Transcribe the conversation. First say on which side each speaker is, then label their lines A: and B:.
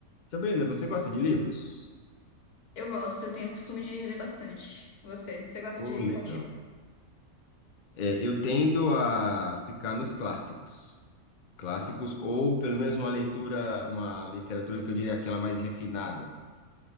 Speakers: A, on the left; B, on the left.
A: Sabrina, você gosta de livros?
B: Eu gosto, eu tenho o costume de ler bastante. Você, você gosta
A: Oh,
B: de
A: legal.
B: qual tipo?
A: É, eu tendo a ficar nos clássicos. Clássicos,
B: Nossa.
A: ou pelo menos uma leitura, uma literatura que eu diria aquela mais refinada,